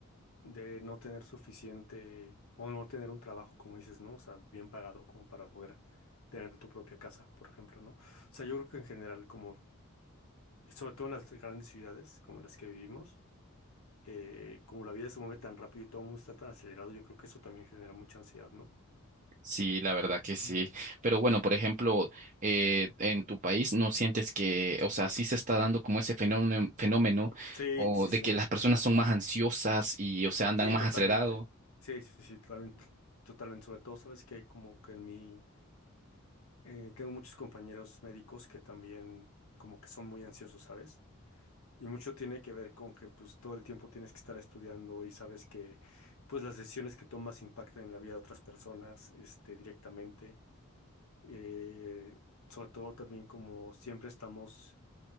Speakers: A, on the left; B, on the right.
A: de no tener suficiente o no tener un trabajo, como dices, ¿no? O sea, bien pagado como para poder tener tu propia casa, por ejemplo, ¿no? O sea, yo creo que en general, como, sobre todo en las grandes ciudades como las que vivimos, eh, como la vida se mueve tan rápido y todo el mundo está tan acelerado, yo creo que eso también genera mucha ansiedad, ¿no?
B: Sí, la verdad que sí.
A: Mm, mm.
B: Pero bueno, por ejemplo, eh, en tu país no sientes que, o sea, sí se está dando como ese fenómeno, fenómeno
A: Sí,
B: o
A: sí,
B: de
A: sí.
B: que las personas son más ansiosas y, o sea, andan
A: Sí,
B: más
A: totalmente.
B: acelerados.
A: Sí, sí, sí, totalmente. Totalmente. Sobre todo, sabes que como que en mí eh, tengo muchos compañeros médicos que también como que son muy ansiosos, ¿sabes? Y mucho tiene que ver con que pues todo el tiempo tienes que estar estudiando y sabes que pues las decisiones que tomas impactan en la vida de otras personas este, directamente. Eh, sobre todo también como siempre estamos